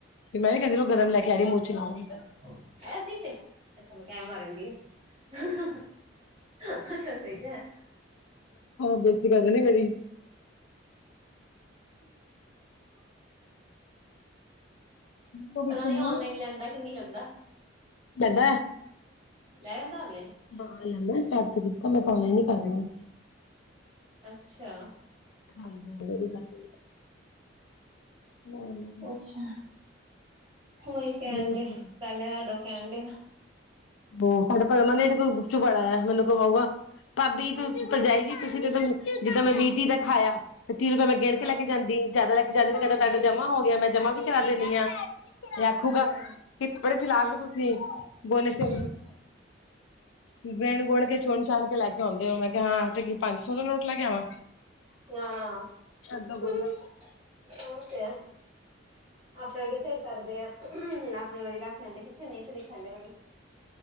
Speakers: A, on the left (about 80°); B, on the right (about 30°).
A: ਮੈਂ ਵੀ ਕਹਿੰਦੀ ਗਰਮ ਲੈ ਕੇ ਆ ਰ ਮੂੰਚ ਲਗੀ
B: ਕ ਸੀ ਤੇ ਅੱਛਾ ਮੈਂ ਕਹਿ ਮਾਰਨ ਡ ਆ ਹਹ ਅੱਛਾ ਸਹੀ ਤਾਂ ਹੈ
A: ਬੇਇਜਤੀ ਕਰਦੇ ਨੀ ਮੇਰੀ
B: <inaudible>
A: ਪਛ
B: ਪਤਾ ਨੀ
A: ਨੂੰ
B: ਔਨਲਾਈਨ ਲੈਂਦਾ ਕਿ ਨਹੀਂ ਲੈਂਦਾ
A: ਦਦਾ <unintelligible>
B: ਲੈਦਾ ਲੈ
A: ਹਾਂ ਲੈਂਦਾ ਸਟਾਰਟ ਤੇ ਕੀਤਾ ਮੈਂ ਕਨਈ ਨੀ ਕਰ ਰਹੀ ਹਾਂ
B: ਅੱਛਾ
A: ਹਾਂਜੀ ਔਨਲਾਈਨ ਹੀ ਕਰਦੀ ਆ।
B: ਅੱਛਾ ਹੋਈ ਕਹਿਣ
A: ਮੈਂ
B: ਡੇ ਸੁ ਲਿਆ ਦੋ ਕਹਿਣ ਡੇ
A: ਉਹ ਤੁਹਾਡਾ ਪਤਾ ਮਨਪ ਚੁ ਬਾਲਾਆ ਮੈਨੂੰ ਕ ਕਊਗਾ ਭਾਬੀ ਤੂੰ ਭਜਾਈ ਜੀ ਤੁਸੀਂ ਤੇ ਜਿੱਦਾਂ ਮੈਂ ਵੀਹ ਤੀਹ ਦਾ ਖਾਇਆ ਤੇ ਤੀਹ ਰੁਪਇਆ ਮੈਂ ਗਿਣ
B: ਹਾਂ
A: ਕੇ ਲੈ ਕੇ ਜਾਂਦੀ ਜਿਆਦਾ ਲੈ ਕੇ ਜਾਂਦੀ ਤੇ ਕਹਿੰ ਤੁਹਾਡਾਮਾ ਹੋ ਗਿਆ ਮੈਂ ਜਮਾ ਵੀ ਕਰਾ ਦਿੰਦੀ ਹਾਂ ਆਖੂਗਾ
B: ਅਰੇ ਨਿਕਲ ਜਾ
A: ਕਿੱਪੜੇ ਚਲਾ
B: ਹੂੰ
A: ਕੇ ਤੁਸੀਂ ਗੋਨੇ
B: ਹੂੰ
A: ਚ ਗੈਣ ਗੁਣ ਕੇ ਚੁਣ ਚਾਣ ਕੇ ਲੈ ਕੇ ਆਉਂਦੇ ਹੋ ਮੈਂ ਕਿਹਾ ਹਾਂ ਕੀ ਪੰਜ ਸੌ ਦਾ ਨੋਟ ਲੈ ਕੇ ਆਵਾਂ
B: ਹਾਂ
A: ਏਦਾਂ ਬੋਲਦਾ
B: ਕ ਆ ਆਪਣਾ ਕਿੱਥੇ ਕਰਦੇ ਆ ਆਪਣੇ ਵਾਰੀ ਰੱਖ ਲੈਂਦੇ ਕਿੱਥੇ ਨਹੀਂ ਤੇ ਦੇਖਣ ਡ ਮਣੀ